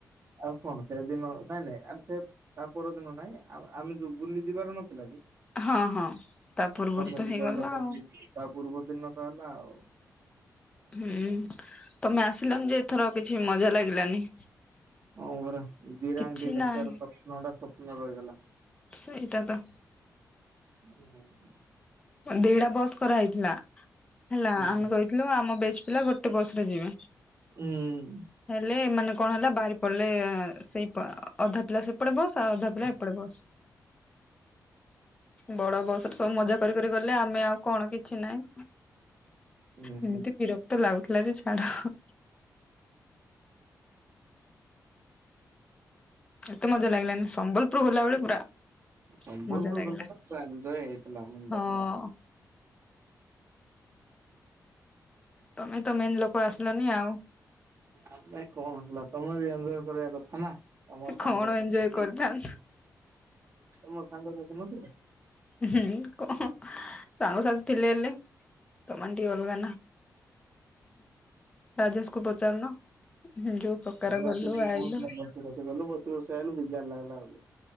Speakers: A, on the right; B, on the left.
A: ଆଉ କଣ ସେଦିନ ନାଇଁ ନାଇଁ ଆମେ ସେ ତା ପରଦିନ ନାଇଁ ଆଉ ଆମେ ଯୋଉ ବୁଲି ଯିବାର ନଥିଲା କି?
B: ହଁ ହଁ। ତା ପୂର୍ବରୁ
A: ସାମଗ୍ରୀ
B: ତ ହେଇଗଲା
A: <unintelligible> ପୂର୍ବ
B: ଆଉ
A: ଦିନ ତ ହେଲା ଆଉ।
B: ହୁଁ ତମେ ଆସିଲନି ଯେ ଏଥର କିଛି ମଜା ଲାଗିଲାନି।
A: ହ ପରା ଜୀରାଙ୍ଗି
B: କିଛି ନାହିଁ।
A: ଦେଖିବାର ସପ୍ନ ଟା ସପ୍ନ ରହିଗଲା।
B: ସେଇଟା ତ
A: ଓ
B: ଦିଇଡା ବସ୍ କରାହେଇଥିଲା ହେଲା
A: ହୁଁ
B: ଆମେ କହିଥିଲୁ ଆମ ବ୍ୟାଚ ପିଲା ଗୋଟେ ବସ୍ ରେ ଯିବେ
A: ହୁଁ
B: ହେଲେ ଏମାନେ କଣ ହେଲା ବାହାରି ପଡିଲେ ଏଁ ସେଇ ପ ଅଧା ପିଲା ସେପଟେ ବସ୍ ଆଉ ଅଧା ପିଲା ଏପଟେ ବସ୍। ବଡ ବସ୍ ରେ ସବୁ ମଜା କରି କରି ଗଲେ ଆମେ ଆଉ କଣ କିଛିନାହିଁ।
A: ହୁଁ
B: ଏମିତି ବିରକ୍ତ ଲାଗୁ ଲାଗୁଥିଲା ଯେ ଛାଡ। ଏତେ ମଜା ଲାଗିଲାନି ସମ୍ବଲପୁର ଗଲା ବେଳେ ପୁରା
A: ବୋଲବୋଲ୍
B: ମଜା ଲାଗିଲା
A: ବୋଲ୍ ବାବା ପୁରା ଏନ୍ଞ୍ଜୟ ହେଇଥିଲା ମୁଣ୍ଡ
B: ହଁ।
A: ଖରା
B: ତମେ ତ ମେନ୍ ଲୋକ ଆସିଲନି ଆଉ
A: ଆମେ କଣ ହେଲା ତମେ ବି ଏଞ୍ଜୋୟ୍ କରିବା କଥା ନା ତମର ସାଙ୍ଗସଥି
B: କଣ ଏଞ୍ଜୟ କରିଥାନ୍ତ।
A: ତମର ସାଙ୍ଗ ସେଠି ନଥିଲେ?
B: ହୁଁ କଣ ସାଙ୍ଗସାଥି ଥିଲେ ହେଲେ ତମେ ଟିକେ ଅଲଗା ନା। ରାଜେଶକୁ ପଚାରୁନ? ଯୋଉ ପ୍ରକାର
A: ରାଜୁ
B: ଗଲୁ
A: ଆସିକି
B: ଆଇଲୁ।
A: କହୁଥିଲା ବସିବସି ଗଲୁ ବସିବସି ଆଇଲୁ ବିଜାର ଲାଗିଲା ବୋଲି।